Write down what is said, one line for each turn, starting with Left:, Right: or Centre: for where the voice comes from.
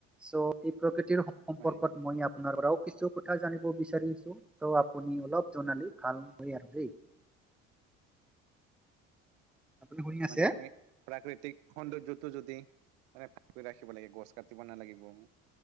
Centre: চ এই প্ৰকৃতিৰ সম্পৰ্ক
Right: হয় হয়
Centre: ত মই আপ আপোনাৰ পৰাও কিছু কথা জানিব বিচাৰিছো ত' আপুনি অলপ জনালে ভাল হয় আৰু দেই আপুনি শুনি আছে
Right: মানে আমি প্ৰাকৃতিক সৌন্দৰ্যটো যদি মানে ভালকৈ ৰাখিব লাগে, গছ কাটিব নালাগিব।